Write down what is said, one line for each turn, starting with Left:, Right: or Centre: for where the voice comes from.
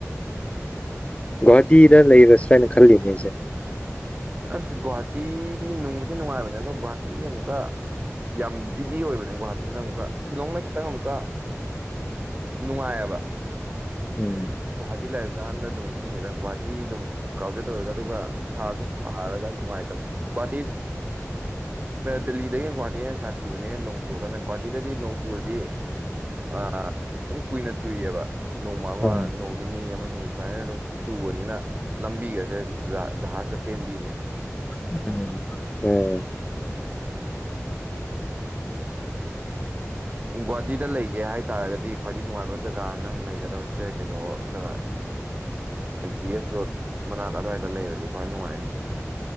Left: ꯒꯣꯍꯥꯇꯤꯗ ꯂꯩꯔꯁꯤꯔꯅ ꯈꯜꯂꯤꯅꯦ ꯑꯩꯁꯦ
Right: ꯑꯥꯁ ꯒꯨꯍꯥꯇꯤ ꯅꯨꯡꯕꯨꯗꯤ ꯅꯨꯡꯉꯥꯏꯕꯅꯦ ꯑꯗꯣ ꯒꯨꯍꯥꯇꯤꯒꯤ ꯑꯃꯨꯛꯀꯥ ꯌꯥꯝ ꯕꯤꯖꯤ ꯑꯣꯏꯕꯅꯦ ꯒꯨꯍꯥꯇꯤꯅ ꯑꯃꯨꯛꯀ ꯁꯤꯂꯣꯡꯅ ꯈꯤꯇꯪ ꯑꯃꯨꯛꯀ ꯅꯨꯡꯉꯥꯏꯌꯦꯕ
Left: ꯎꯝ
Right: ꯒꯨꯍꯥꯇꯤ ꯂꯩꯔꯀꯥꯟꯗ ꯑꯗꯨꯝ ꯈꯪꯉꯤꯗ ꯒꯨꯍꯥꯇꯤ ꯑꯗꯨꯝ ꯀ꯭ꯔꯥꯎꯗꯦꯗ ꯑꯣꯏꯔꯒ ꯑꯗꯨꯒ ꯁꯥꯁꯨ ꯔꯒ ꯅꯨꯡꯥꯏ ꯇꯕꯅꯤ ꯗꯤꯜꯂꯤꯗꯒꯤꯅ ꯒꯨꯍꯥꯇꯤ ꯅ ꯍꯦꯟꯅ ꯁꯥꯊꯤꯕꯅꯦ ꯅꯣꯡ ꯆꯨꯔꯀꯥꯟ ꯒꯨꯍꯥꯇꯤꯗꯗꯤ ꯅꯣꯡꯆꯨꯔꯗꯤ ꯑꯥ ꯑꯗꯨꯝ ꯀꯨꯏꯅ ꯆꯨꯏꯌꯦꯕ ꯅꯣꯡꯃ ꯑꯃ
Left: ꯎꯝ
Right: ꯅꯣꯡ ꯅꯤꯅꯤ ꯑꯃꯅꯤ ꯁꯨꯃꯥꯏꯅ ꯑꯗꯨꯝ ꯆꯨꯕꯅꯤꯅ ꯂꯝꯕꯤꯒꯁꯦ ꯖꯍꯥꯖ ꯆꯦꯟꯕꯤꯅꯦ
Left: ꯎꯝ ꯍꯝ
Right: ꯒꯨꯍꯥꯇꯤꯗ ꯂꯩꯒꯦ ꯍꯥꯏꯇꯥꯥꯔꯒꯗꯤ ꯈ꯭ꯋꯥꯏꯗꯒꯤ ꯅꯨꯡꯉꯥꯏꯕ ꯖꯒꯥ ꯅꯪ ꯂꯩꯒꯗꯕꯁꯦ ꯀꯩꯅꯣ ꯖꯒꯥ ꯖꯤ ꯑꯦꯁ ꯔꯣꯗ ꯃꯅꯥꯛ ꯑꯗꯨꯋꯥꯏꯗ ꯂꯩꯔꯗꯤ ꯈ꯭ꯋꯥꯏ ꯅꯨꯡꯉꯥꯏꯅꯤ